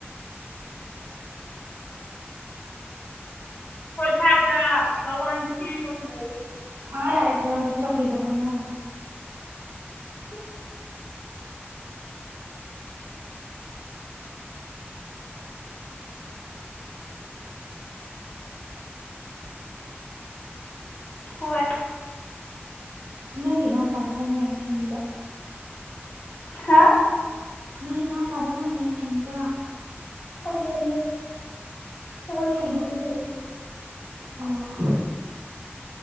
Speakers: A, on the left; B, on the right.
A: ꯈꯣꯏ ꯁꯥꯥꯏꯗ ꯂꯋꯥꯏ ꯅꯨꯄꯤ ꯑꯃ ꯂꯩꯌꯦ
B: ꯑꯥ ꯌꯥꯔꯦ ꯊꯔꯣ ꯁꯤ ꯆꯧꯀꯔꯤꯗ ꯐꯝꯃꯨ ꯂꯥꯎ
A: <unintelligible> ꯎꯝ ꯍꯣꯏ
B: ꯅꯣꯏꯒꯤ ꯏꯅꯥꯎꯄꯥꯗꯨ ꯂꯝ ꯌꯥꯝ ꯍꯦꯟꯕ꯭ꯔꯥ
A: ꯍꯥ
B: ꯅꯣꯏ ꯏꯅꯥꯎꯄꯥꯗꯣ ꯂꯝ ꯌꯥꯝ ꯍꯦꯟꯕ꯭ꯔꯣ
A: ꯑꯧ ꯍꯦꯜꯂꯦ ꯅꯉꯣꯟꯗꯒꯤ
B: ꯑꯣ
A: ꯍꯦꯟꯅꯗꯤ ꯍꯦꯜꯂꯦ
B: ꯑꯣ